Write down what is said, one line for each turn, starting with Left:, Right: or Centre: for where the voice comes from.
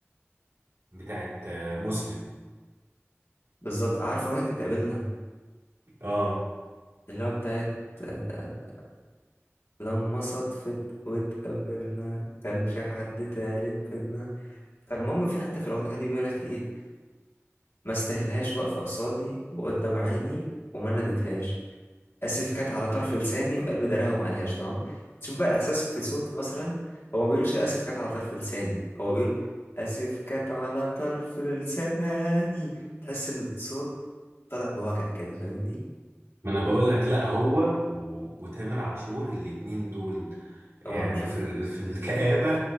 Right: بتاعت آه، مسلم
Left: بالظبط عارف اغنيه تتقابلنا
Right: اه
Left: اللي هو بتاعت آه لما صدفت واتقابلنا كانش حد تالت بينا فالمهم في حته في الاغنيه دي بيقول لك ايه ما استاهلهاش واقفه قصادي وقدام عيني وما نديتهاش اسف كانت على طرف لساني وقلب دراها وما قالهاش تمام تشوف بقى احساس في صوت مثلا هو ما بيقولش اسف كانت على طرف لساني هو بيقول اسف كانت على طرف لساني تحس ان الصوت طالع بوجع كده فاهمني
Right: ما انا بقول لك لا هو و... وتامر عاشور الاتنين دول يعني
Left: عمر عاشور
Right: في
Left: في
Right: ال...
Left: حتة.
Right: في الكآبة